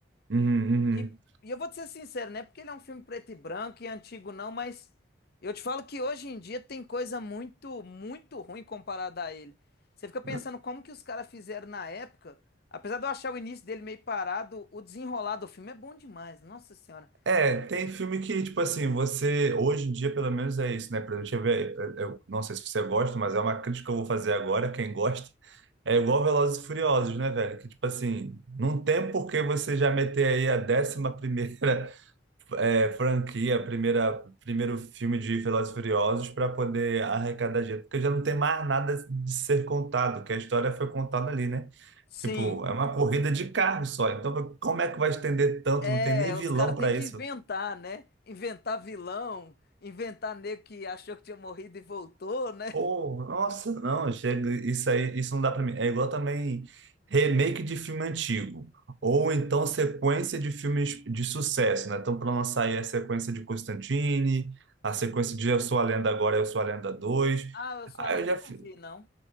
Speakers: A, on the right (about 70°); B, on the left (about 55°).
A: Uhum,
B: E, e eu vou te ser sincero, não é porque ele é um filme preto e branco e antigo não, mas eu te falo que hoje em dia tem coisa muito, muito ruim comparada a ele. Você fica pensando
A: uhum.
B: como que os caras fizeram na época, apesar de eu achar o início dele meio parado, o desenrolar do filme é bom demais, nossa senhora.
A: É, tem filme que, tipo assim, você. Hoje em dia, pelo menos, é isso, né? Pra gente ver. Eu eu não sei se você gosta, mas é uma crítica que eu vou fazer agora. Quem gosta. É igual Velozes e Furiosos, né, velho? Que, tipo assim, não tem por que você já meter aí a décima primeira. é, franquia, primeira, primeiro filme de Velozes e Furiosos para poder arrecadar dinheiro, porque já não tem mais nada de ser contado, que a história foi contada ali, né?
B: Sim,
A: Tipo, é uma corrida de carro só, então como é que vai estender tanto?
B: é,
A: Não tem nem vilão
B: os caras
A: para
B: têm que
A: isso.
B: inventar, né? Inventar vilão, inventar nego que achou que tinha morrido e voltou, né?
A: Oh, nossa, não, chega, isso aí, isso não dá pra mim. É igual também remake de filme antigo, ou então sequência de filmes de sucesso, né? Então, para lançar aí a sequência de Constantine, a sequência de Eu Sou a Lenda Agora, Eu Sou a Lenda dois
B: Ah, eu sou
A: Aí
B: a lenda,
A: eu já
B: eu
A: fi-
B: não vi, não.